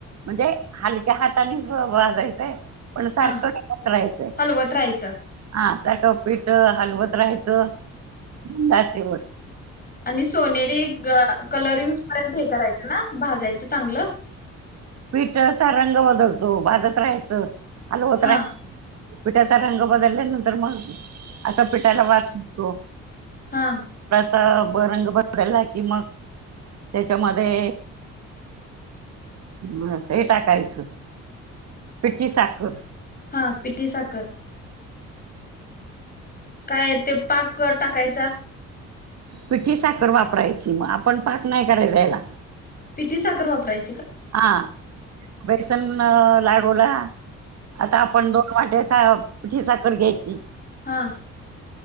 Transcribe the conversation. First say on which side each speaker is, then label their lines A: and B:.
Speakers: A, on the right; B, on the left.
A: म्हणजे हाल त्या हातानेच वाजायचंय पण सारखं
B: हा
A: <unintelligible> राहायचंय
B: हलवत राहायचं
A: आ <unintelligible> पीठ हलवत राहायचं. डाचेवर
B: आणि सोनेरी ग कलर युज पर्यंत हे करायचं ना भाजाय चे चांगलं.
A: पीठचा रंग बदलतो भाजत रहायचं. आल होतराय
B: हा
A: पिठाचा रंग बदलल्यानंतर मग असा पिठाला वास येतो.
B: हा.
A: त ब रंग बदलला की मग त्याच्यामध्ये म ते टाकायचं पिठी साखर
B: ह पिठी साखर काय ते पाकं टाकायचा.
A: पिठी साखर वापरायची म आपण पाक नाही करायचा ह्याला.
B: ठी साखर वापराय
A: आ बेसन अ लाडूला आता आपण दोन वाट्या सा पीठी साखर घ्यायची
B: हा